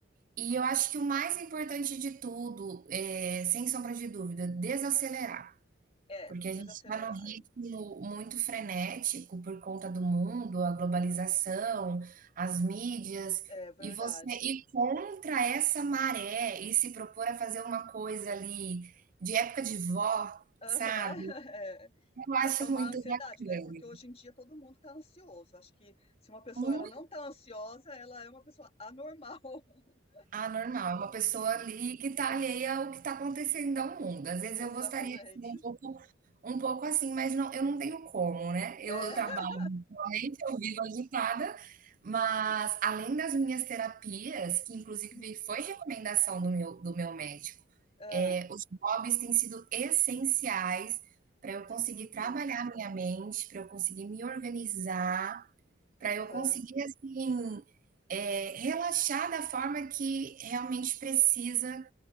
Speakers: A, on the right; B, on the left.
A: E eu acho que o mais importante de tudo, é, sem sombra de dúvida, desacelerar.
B: É,
A: Porque a gente
B: desacelerar.
A: está num ritmo muito frenético por conta do mundo, a globalização, as mídias,
B: É verdade.
A: e você ir contra essa maré e se propor a fazer uma coisa ali de época de vó,
B: Aham, <laughs>
A: sabe?
B: é.
A: Eu acho
B: Acalmar
A: muito
B: a ansiedade,
A: bacana.
B: né, porque hoje em dia todo mundo tá ansioso, acho que se uma pessoa
A: Muito
B: ela não tá ansiosa, ela é uma pessoa anormal. <laughs>
A: anormal, É uma pessoa
B: Uhum,
A: ali que está alheia ao que está acontecendo ao mundo. Às vezes
B: exatamente.
A: eu gostaria de ser um pouco um pouco assim, mas não, eu não tenho como, né? Eu
B: É. <laughs>
A: trabalho Atualmente eu vivo agitada, mas além das minhas terapias, que inclusive
B: Uhum.
A: foi recomendação do meu, do meu médico,
B: Hã.
A: eh, os hobbies têm sido essenciais para eu conseguir
B: Uhum.
A: trabalhar a minha mente, para eu conseguir me organizar, para
B: Aham.
A: eu conseguir assim, eh, relaxar da forma que realmente precisa